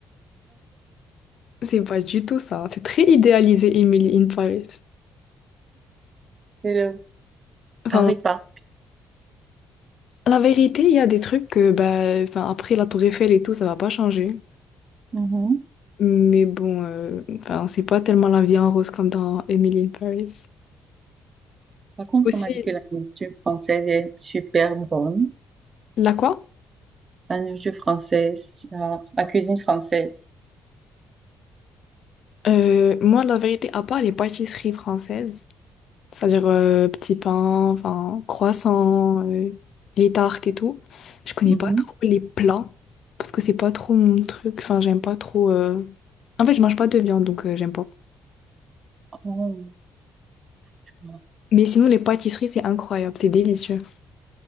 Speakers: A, on the left; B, on the right.
A: C'est pas du tout ça. C'est très idéalisé, Emily in Paris.
B: C'est le
A: Enfin,
B: Paris pas.
A: la vérité, il y a des trucs que, bah, enfin, après la Tour Eiffel et tout, ça va pas changer.
B: Mhm.
A: Mais bon, euh, enfin, c'est pas tellement la vie en rose comme dans Emily in Paris.
B: Par contre,
A: Aussi,
B: on m'a dit que la nourriture française est super bonne.
A: la quoi?
B: La nourriture française, la, la cuisine française.
A: Euh, moi, la vérité, à part les pâtisseries françaises, c'est-à-dire euh, petits pains, enfin, croissants, euh, les tartes et tout, je connais
B: Mhm.
A: pas trop les plats parce que c'est pas trop mon truc. Enfin, j'aime pas trop. euh, En fait, je mange pas de viande, donc euh, j'aime pas.
B: Oh, tu vois.
A: Mais sinon, les pâtisseries, c'est incroyable, c'est délicieux.